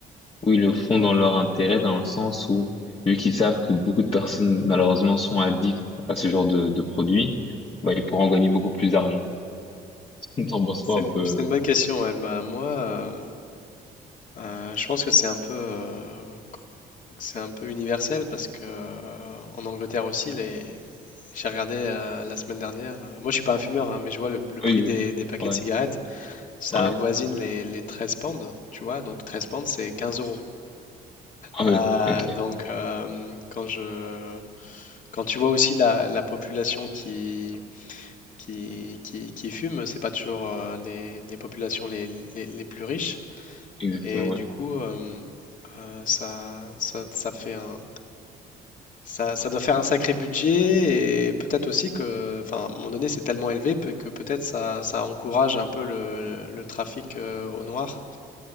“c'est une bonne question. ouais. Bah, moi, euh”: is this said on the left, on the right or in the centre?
Left